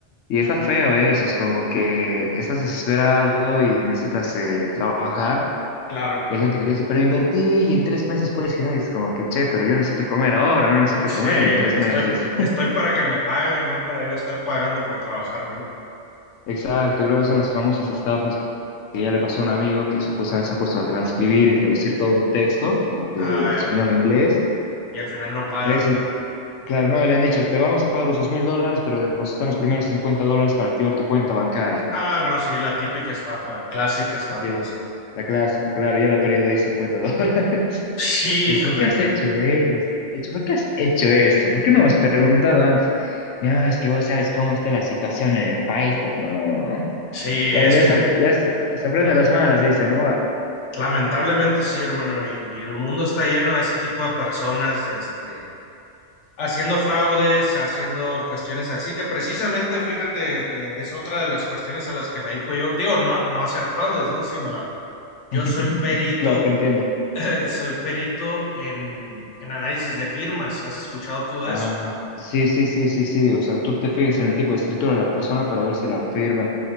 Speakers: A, on the left (about 80°); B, on the left (about 70°).
A: Y está feo eso, es como que estás desesperado y necesitas eh, trabajar.
B: Claro.
A: Y hay gente que te dice, pero invertí y en tres meses puedes girar. Y es como que, che, pero yo necesito comer ahora, no necesito
B: Sí,
A: comer
B: estoy,
A: en tres meses.
B: estoy para que me paguen, no para yo estar pagando por trabajar, ¿no?
A: <laughs> Exacto, y luego son las famosas estafas que, que ya le pasó a un amigo que supuestamente se ha puesto a transcribir y traducir todo un texto eh, de
B: Ah,
A: español a inglés.
B: y al final no pagan.
A: Y le dicen, claro, no, y le han dicho, te vamos a pagar los dos mil dólares, pero depositan los primeros 50 dólares para activar tu cuenta bancaria.
B: Ah, no, sí, la típica estafa, clásica estafa.
A: Sí, la clásica, claro, y él ha perdido ahí 50 <laughs> dólares.
B: Sí,
A: Eh,
B: juega.
A: ¿Por qué has hecho eso? Hecho, ¿Por qué has hecho esto? ¿Por qué no me has preguntado antes? No, es que vos sabes cómo está la situación en el país. todo. No.
B: Sí, es
A: Bueno, ya
B: que
A: se, ya se, se aprende las malas, dice, ¿no?
B: lamentablemente sí, hermano, y, y el mundo está lleno de ese tipo de personas, este, haciendo fraudes, haciendo cuestiones así, que precisamente, fíjate, eh, es otra de las cuestiones a las que me dedico yo. Digo, no, a- no a hacer fraudes, ¿no? Sino a- yo
A: <laughs>
B: soy perito,
A: Claro, te entiendo.
B: <laughs> soy perito en, en análisis de firmas. ¿Has escuchado tú de
A: Ah,
B: eso?
A: sí, sí, sí, sí, sí. O sea, tú te fijas en el tipo de escritura de la persona para ver si la firma